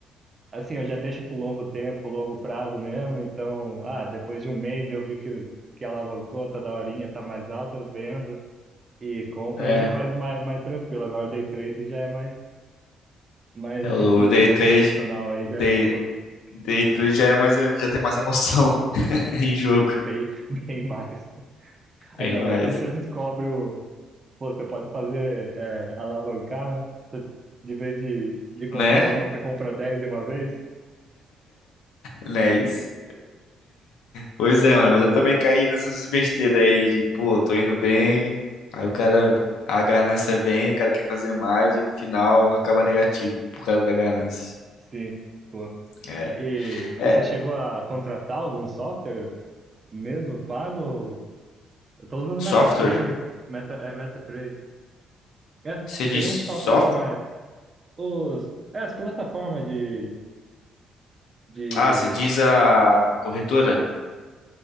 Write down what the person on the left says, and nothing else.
É.
É o
Day
3,
O
Day,
Day 3 já é mais, já tem mais emoção <laughs> em jogo.
Tem
mais.
Né?
Não é isso? Pois é, mano, mas eu também caí nessas besteiras aí de, pô, tô indo bem, aí o cara, a ganância vem, o cara quer fazer mais e no final acaba negativo por causa da ganância.
É.
É,
software?
Você
diz
soft?
Ah, você diz a a corretora?